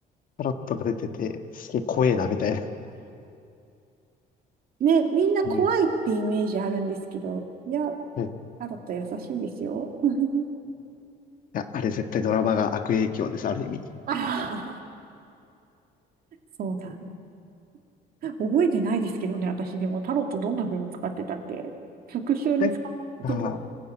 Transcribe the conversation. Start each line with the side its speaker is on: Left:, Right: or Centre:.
Left: タロットが出てて、すげえ怖えな、みたいな。
Right: ね、みんな怖いってイメージあるんですけど、
Left: うん
Right: いや、
Left: はい <laughs> い
Right: タロット優しいですよ。<laughs>
Left: や、あれ絶対ドラマが悪影響です、ある意味。
Right: ああ、そうなんだ。覚えてないですけどね、私でもタロットどんな風に使ってたっけ復習に使ってる
Left: なんか、